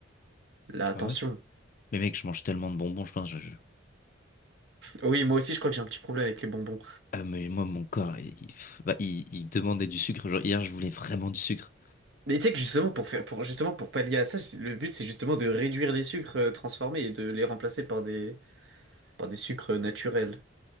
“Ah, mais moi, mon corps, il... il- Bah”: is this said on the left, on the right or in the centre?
Left